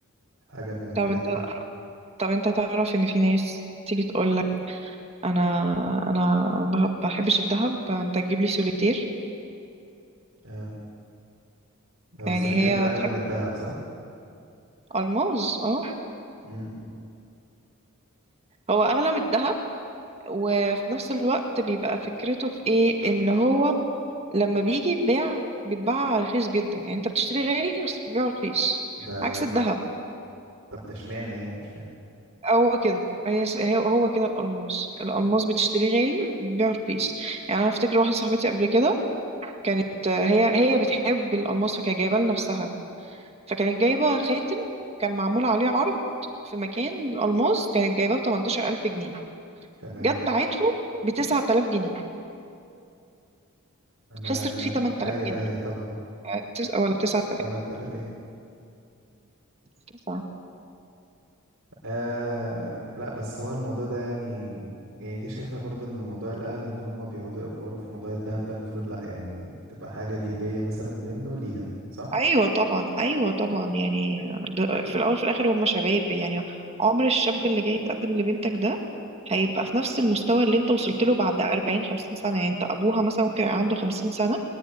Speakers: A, on the right; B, on the right.
A: حاجة من الحاجات
B: طب انت
A: دي
B: طب انت تعرف ان في ناس تيجي تقول لك انا انا ما بحبش الذهب فانت تجيب لي سوليتير
A: اه ده
B: يعني
A: السوليتير
B: هي
A: ده أغلى
B: بتحب
A: من الذهب صح؟
B: الماس اه
A: امم
B: هو اغلى من الذهب وفي نفس الوقت بيبقى فكرته في ايه ان هو لما بيجي يتباع بيتباع رخيص جدا يعني انت بتشتري غالي بس بتبيعه رخيص
A: ده
B: عكس الذهب
A: طب ده اشمعنى يعني مش فاهم
B: هو كده هي هي- هو كده الألماس الألماس بتشتريه غالي بتبيعه رخيص يعني أنا أفتكر واحدة صاحبتي قبل كده كانت آه، هي هي بتحب الألماس فكانت جايباه لنفسها فكانت جايبة خاتم كان معمول عليه عرض في مكان ألماس كانت جايباه ب 18000 جنيه
A: تمام
B: جت باعته ب 9000 جنيه
A: أنا
B: خسرت فيه 8000
A: أيوه
B: جنيه
A: أيوه طبعا
B: آه، تس- ولا 9000
A: 8000 إيه؟
B: تسعة
A: آه لا بس هو الموضوع ده يعني يعني أنت شايفة برضو إن موضوع الأهل إن هم بيقعدوا يأفوروا في موضوع الذهب ده المفروض لا يعني تبقى حاجة دي هدية مثلا منه ليها صح؟
B: ايوه طبعا ايوه طبعا يعني د- في الاول في الاخر هم شباب يعني عمر الشاب اللي جاي يتقدم لبنتك ده هيبقى في نفس المستوى اللي انت وصلت له بعد 40 50 سنه يعني انت ابوها مثلا ممكن يبقى عنده 50 سنه